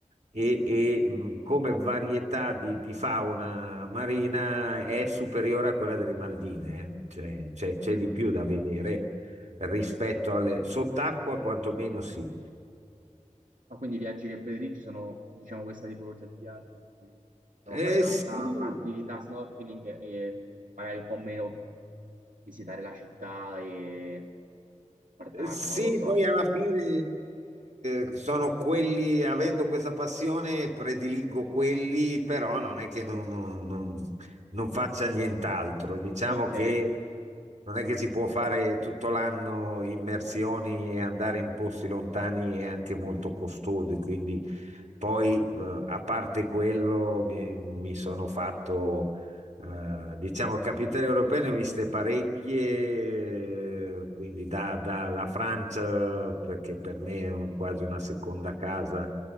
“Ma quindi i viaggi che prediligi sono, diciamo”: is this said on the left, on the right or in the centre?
Right